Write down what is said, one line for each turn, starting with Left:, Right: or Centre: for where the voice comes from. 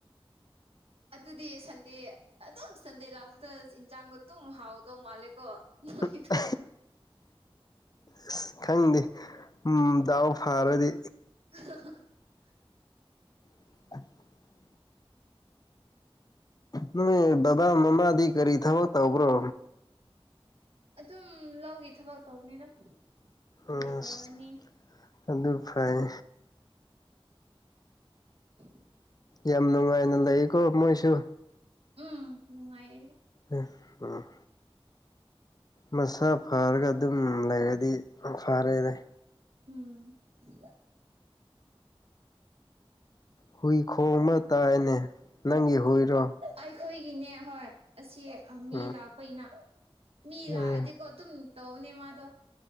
Right: ꯑꯗꯨꯗꯤ ꯁꯟꯗꯦ ꯑꯗꯨꯝ ꯁꯟꯗꯦ ꯂꯥꯛꯄꯗ ꯏꯟꯖꯥꯡꯗꯣ ꯑꯗꯨꯝ ꯍꯥꯎꯗꯧ ꯃꯥꯜꯂꯦꯀꯣ ꯅꯣꯏꯗꯣ
Left: <unintelligible> ꯑꯁ ꯈꯪꯗꯦ ꯎꯝ ꯗꯥꯎ ꯐꯥꯔꯗꯤ
Right: <unintelligible>
Left: <inaudible> ꯅꯣꯏ ꯕꯕꯥ ꯃꯃꯥꯗꯤ ꯀꯔꯤ ꯊꯕꯛ ꯇꯧꯕ꯭ꯔꯣ
Right: ꯑꯗꯨꯝ ꯂꯧꯒꯤ ꯊꯕꯛ ꯇꯧꯕꯅꯤꯗ ꯀꯔꯤ
Left: ꯑꯁ
Right: ꯇꯧꯔꯅꯤ
Left: ꯑꯗꯨ ꯐꯩ
Right: <inaudible>
Left: ꯌꯥꯝ ꯅꯨꯡꯉꯥꯏꯅ ꯂꯩꯀꯣ ꯅꯣꯏꯁꯨ
Right: ꯎꯝ ꯅꯨꯡꯉꯥꯏꯌꯦ
Left: ꯑꯦ ꯎꯝ ꯃꯁꯥ ꯐꯔꯒ ꯑꯗꯨꯝ ꯂꯩꯔꯗꯤ ꯐꯔꯦꯅꯦ
Right: ꯎꯝ <unintelligible>
Left: ꯍꯨꯏ ꯈꯣꯡꯕ ꯇꯥꯏꯅꯦ ꯅꯪꯒꯤ ꯍꯨꯏꯔꯣ
Right: ꯑꯩꯈꯣꯏꯒꯤꯅꯦ ꯍꯣꯏ ꯑꯁꯤ ꯃꯤ
Left: ꯎꯝ
Right: ꯂꯥꯛꯄꯩꯅ ꯃꯤ
Left: ꯎꯝ
Right: ꯂꯥꯛꯑꯗꯤꯀꯣ ꯑꯗꯨꯝ ꯇꯧꯕꯅꯦ ꯃꯥꯗꯣ